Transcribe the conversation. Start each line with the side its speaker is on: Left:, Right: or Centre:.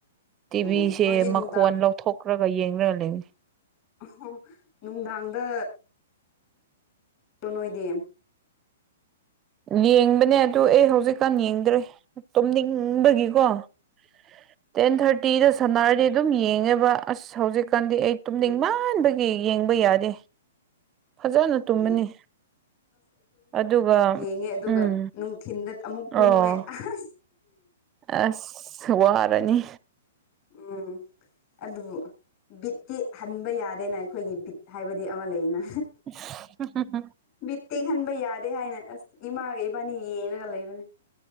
Right: ꯇꯤꯚꯤꯁꯡꯁꯦ
Left: ꯑꯣ ꯅꯣꯏꯗꯤ ꯅꯨꯡꯗꯥꯡ
Right: ꯃꯈꯣꯟ ꯂꯧꯊꯣꯛꯈ꯭ꯔꯒ ꯌꯦꯡꯔꯒ ꯂꯩꯕꯅꯤ
Left: ꯑꯣꯍꯣ ꯅꯨꯡꯗꯥꯡꯗ ꯇꯣ ꯅꯣꯏꯗꯤ
Right: ꯌꯦꯡꯕꯅꯦ ꯑꯗꯨ ꯑꯩ ꯍꯧꯖꯤꯛꯀꯥꯟ ꯌꯦꯡꯗ꯭ꯔꯦ ꯇꯨꯝꯅꯤꯡꯕꯒꯤꯀꯣ <inaudible> ꯇꯦꯟ ꯊꯥꯔꯠꯇꯤꯗ ꯁꯥꯟꯅꯔꯗꯤ ꯑꯗꯨꯝ ꯌꯦꯡꯉꯦꯕ ꯑꯁ ꯍꯧꯖꯤꯛꯀꯥꯟꯗꯤ ꯑꯩ ꯇꯨꯝꯅꯤꯡ
Left: ꯎꯝ
Right: ꯃꯟ ꯃꯟꯕꯒꯤ ꯌꯦꯡꯕ ꯌꯥꯗꯦ ꯐꯖꯅ ꯇꯨꯝꯃꯅꯤ
Left: ꯑꯣ
Right: ꯑꯗꯨꯒ
Left: ꯉꯦ ꯑꯗꯨꯒ
Right: ꯎꯝ
Left: ꯅꯨꯡꯊꯤꯟꯗ ꯑꯃꯨꯛ
Right: ꯑꯣ
Left: ꯇꯨꯝꯃꯦ ꯑꯁ
Right: ꯑꯁ ꯋꯥꯔꯅꯤ
Left: ꯎꯝ ꯑꯗꯨꯕꯨ ꯕꯤꯠꯇꯤ ꯍꯟꯕ ꯌꯥꯗꯦꯅ ꯑꯩꯈꯣꯏꯒꯤ ꯕꯤꯠ ꯍꯥꯏꯕ ꯕꯤꯠ ꯑꯃ ꯂꯩꯅ
Right: <unintelligible>
Left: ꯕꯤꯠꯇꯦꯛ ꯍꯟꯕ ꯌꯥꯗꯦ ꯍꯥꯏꯅ ꯑꯁ ꯏꯃꯥꯒ ꯏꯕꯥꯅꯤ ꯌꯦꯡꯉꯒ ꯂꯩꯕꯅꯤ